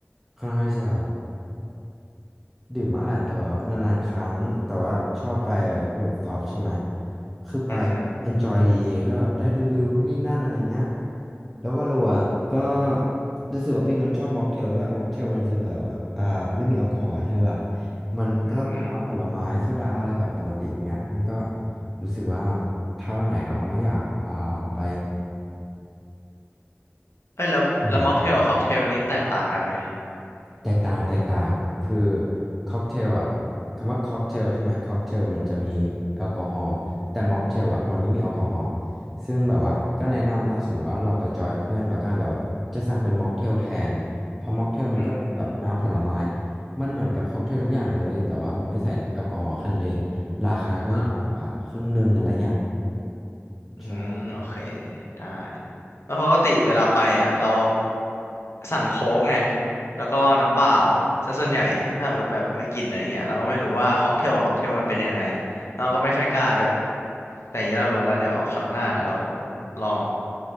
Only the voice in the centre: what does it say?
ค่อนข้างจะดื่มมากแหละแต่แบบว่านานๆครั้งแต่ว่าชอบไปรูฟท็อปใช่ไหมคือไป
enjoy ดีก็แบบได้ดูวิวนู่นนี่นั่นอะไรเงี้ยแล้ววาโลอ่ะก็รู้สึกว่าเป็นคนชอบม็อกเทลด้วยม็อกเทลมันจะแบบว่าอ่าไม่มีแอลกอฮอล์ใช่ไหมล่ะมันก็เป็นน้ำผลไม้โซดาอะไรแบบปกติอย่างเงี้ยมันก็
รู้สึกว่าถ้าวันไหนเราไม่อยากอ่าไป
ดื่มแบบ แตกต่างแตกต่างคือค็อกเทลอ่ะคำว่าค็อกเทลใช่ไหมค็อกเทลมันจะมีแอลกอฮอล์แต่ม็อกเทลอ่ะมันไม่มีแอลกอฮอล์ซึ่งแบบว่าก็แนะนำถ้าสมมติว่าเราไปจอยเพื่อนแล้วก็แบบว่าจะสั่งเป็นม็อกเทลแทนเพราะม็อกเทลมันก็เป็นแบบน้ำผลไม้
มันเหมือนกับค็อกเทลทุกอย่างเลยแต่ว่ามันไม่ใส่แอลกอฮอล์แค่นั้นเองราคาก็จะถูกกว่าครึ่งหนึ่งอะไรเงี้ย
ใช่